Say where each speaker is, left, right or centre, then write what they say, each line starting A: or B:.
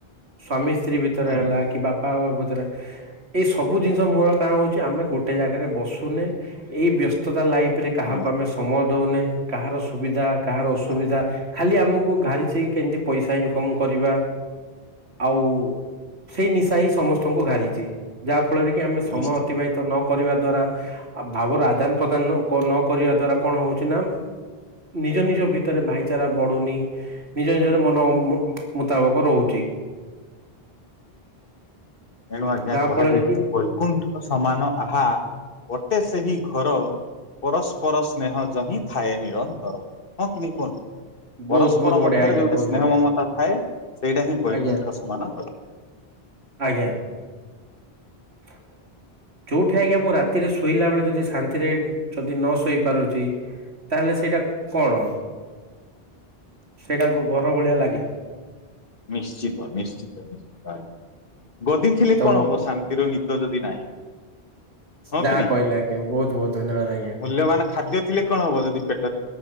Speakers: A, on the right; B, on the left.
A: ସ୍ଵାମୀ ସ୍ତ୍ରୀ ଭିତରେ
B: ହୁଁ
A: ହେଲା କି ବାପା ମା ଭିତରେ ଏଇ ସବୁ ଜିନିଷ ମୂଳ କାରଣ ହେଉଛି ଆମେ ଗୋଟେ ଜାଗାରେ ବସୁନେ ଏଇ ବ୍ୟସ୍ତତା ଲାଇଫ୍ ପରେ କାହାକୁ
B: ହଁ
A: ଆମେ ସମୟ ଦଉନେ କାହାର ସୁବିଧା କାହାର ଅସୁବିଧା
B: ହଁ
A: ଖାଲି ଆମକୁ ଘାରିଛି କେମିତି ପଇସା ଇନକମ୍ କରିବା। ଆଉ ସେଇ ନିଶା ହିଁ ସମସ୍ତଙ୍କୁ ଘାରିଛି ଯାହା ଫଳରେ କି ଆମେ ସମୟ
B: ନିଶ୍ଚିତ
A: ଅତିବାହିତ ତ ନ କରିବା ଦ୍ଵାରା ଭାବର ଆଦାନ ପ୍ରଦାନ ନ କରିବା ଦ୍ଵାରା କଣ ହେଉଛି ନା ନିଜ ନିଜ ଭିତରେ ଭାଇଚାରା ବଢ଼ୁନି, ନିଜ ନିଜର ମନ ମୁତାବକ ରହୁଛି।
B: ଟେଣୁ ଆଜ୍ଞା
A: ଯାହା
B: କୁହାଯାଇଛି
A: ଫଳରେ କି
B: ବୈକୁଣ୍ଠ ସମାନ ଆହା ଗୋଟେ ସେହି ଘର ପରସ୍ପର ସ୍ନେହ ଜ ହିଁ ଥାଏ ନିରନ୍ତର ହଁ କି ନାହିଁ କୁହନ୍ତୁ?
A: ବହୁତ
B: ପରସ୍ପର
A: ବହୁତ ବଢିଆ
B: ମଧ୍ୟରେ
A: ଆଜ୍ଞା
B: ଯୋଉଠି
A: ବହୁତ
B: ସ୍ନେହ
A: ବଢିଆ
B: ମମତା ଥାଏ ସେଇଟା ହିଁ ବୈକୁଣ୍ଠ
A: ଆଜ୍ଞା
B: ସମାନ ଘର।
A: ଆଜ୍ଞା। ହ ଯୋଉଠି ଆଜ୍ଞା ମୁଁ ରାତିରେ ଶୋଇଲା ବେଳେ ଯଦି ଶାନ୍ତିରେ ଯଦି ନ ଶୋଇ ପାରୁଛି ତାହେଲେ ସେଇଟା କଣ? ସେଇଟାକୁ ଘର ଭଳିଆ ଲାଗେ।
B: ନିଶ୍ଚିତ ନିଶ୍ଚିତ, ଗଦି ଥିଲେ
A: ତ
B: କଣ ହବ ଶା ନିଦ ଯଦି ନାହିଁ ହଁ
A: ଯାହା
B: କି ନାଇଁ
A: କହିଲେ ଆଜ୍ଞା ବୋହୁତ୍ ବୋହୁତ୍ ଧନ୍ୟବାଦ ଆଜ୍ଞା।
B: ମୂଲ୍ୟବାନ ଖାଦ୍ୟ ଥିଲେ କଣ ହବ ଯଦି ପେ